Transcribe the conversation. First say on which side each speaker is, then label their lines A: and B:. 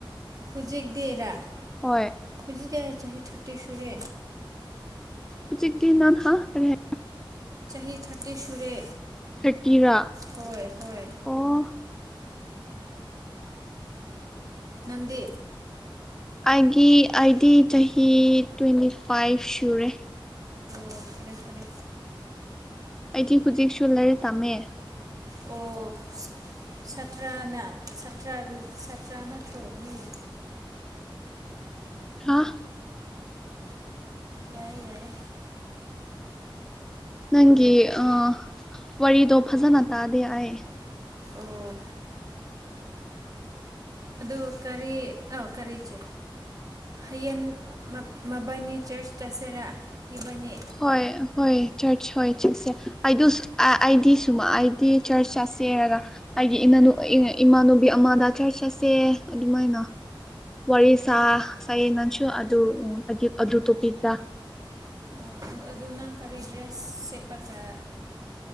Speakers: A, on the right; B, in the centre.
A: ꯍꯧꯖꯤꯛꯇꯤꯔꯥ
B: ꯍꯣꯏ
A: ꯍꯧꯖꯤꯛꯇꯤ ꯑꯩ ꯆꯍꯤ ꯊꯥꯔꯇꯤ ꯁꯨꯔꯦ
B: ꯎꯆ ꯎꯆꯛꯇ ꯅꯥꯟ ꯍꯥꯔꯦ
A: ꯆꯍꯤ ꯊꯥꯔꯇꯤ ꯁꯨꯔꯦ
B: ꯊꯥꯔꯇꯤꯔꯥ
A: ꯍꯣꯏ ꯍꯣꯏ
B: ꯑꯣ
A: ꯅꯗꯤ
B: ꯑꯩꯒꯤ ꯑꯥꯏꯗꯤ ꯆꯍꯤ ꯇ꯭ꯋꯦꯟꯇꯤ ꯐꯥꯏꯚ ꯁꯨꯔꯦ
A: ꯑꯣ ꯐꯔꯦ ꯐꯔꯦ
B: ꯑꯩꯗꯤ ꯍꯧꯖꯤꯛꯁꯨ ꯂꯥꯏꯔꯤꯛ ꯇꯝꯃꯦ
A: ꯑꯣ ꯠꯇ꯭ꯔꯅꯠꯇ꯭ꯔ ꯁꯠꯇ꯭ꯔꯅꯠꯇ꯭ꯔꯣ ꯃꯤ
B: ꯔ
A: ꯌꯥꯏꯌꯦ ꯌꯥꯏꯌꯦ
B: ꯅꯪꯒꯤ ꯑ ꯋꯥꯔꯤꯗꯣ ꯐꯖꯅ ꯇꯥꯗꯦ ꯍꯥꯏ
A: ꯑꯣ ꯑꯗꯨ ꯀꯔꯤ ꯑꯧ ꯀꯔꯤ ꯆꯦ ꯍꯌꯦꯡ ꯃꯕꯥꯅꯤ ꯆꯔꯆ ꯆꯁꯦꯔꯥ ꯏꯕꯥꯅꯤ
B: ꯍꯣꯏ ꯍꯣꯏ ꯆꯔꯆ ꯍꯣꯏ ꯆꯠꯁꯦ ꯑꯩ ꯑꯩꯗꯤ ꯁꯨꯝꯃꯛ ꯑꯩꯗꯤ ꯆꯔꯆ ꯆꯠꯁꯦꯔꯒ ꯑꯩꯒꯤ ꯏꯃꯥꯟꯅꯨꯕꯤ ꯑꯃꯗ ꯆꯔꯆ ꯆꯠꯁꯦ ꯑꯗꯨꯃꯥꯏꯅ ꯋꯥꯔꯤ ꯁꯥ ꯁꯥꯏꯌꯦ ꯅꯪꯁꯨ ꯑꯗꯨ ꯎ ꯑꯗꯨ ꯇꯣꯄꯤꯛꯂꯥ
A: ꯑꯣ ꯑꯗꯨ ꯅꯪ ꯀꯔꯤ ꯗ꯭ꯔꯦꯁ ꯁꯦꯠꯄꯒ